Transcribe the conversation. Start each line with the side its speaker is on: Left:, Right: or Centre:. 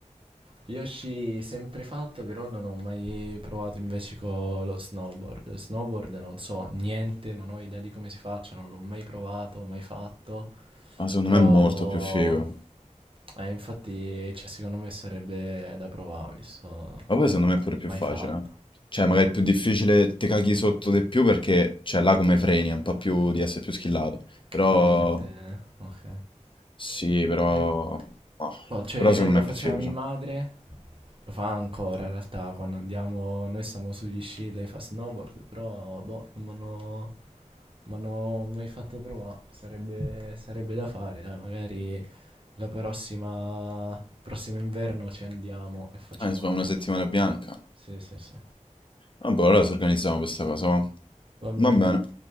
Right: Yoshi sempre fatto, però non ho mai provato invece con lo snowboard. Snowboard non so niente, non ho idea di come si faccia, non l'ho mai provato, mai fatto.
Left: ma secondo
Right: Però,
Left: me è molto più figo.
Right: eh, infatti, cioè, secondo me sarebbe da provare, visto
Left: Ma poi secondo me è pure più
Right: mai
Left: facile,
Right: fatto.
Left: eh. Cioè, magari è più difficile, te caghi sotto di più perché, cioè, là come freni, è un po' più di essere più skillato.
Right: Che
Left: Però,
Right: te devi mettere... Ok.
Left: sì, però...
Right: Eh,
Left: ah,
Right: boh, cioè,
Left: Però secondo
Right: lo
Left: me è
Right: faceva
Left: più figo,
Right: mia
Left: cioè.
Right: madre, lo fa ancora in realtà, quando andiamo, noi stiamo sugli sci, lei fa snowboard, però boh, non m'hanno non m'hanno mai fatto provare, sarebbe, sarebbe da fare, dai, magari la prossima, prossimo inverno ci andiamo e facciamo
Left: Adesso
Right: noi.
Left: fa una settimana bianca.
Right: Sì, sì, sì.
Left: Vabbè, allora ci organizziamo questa cosa, va.
Right: Va bene.
Left: Va bene,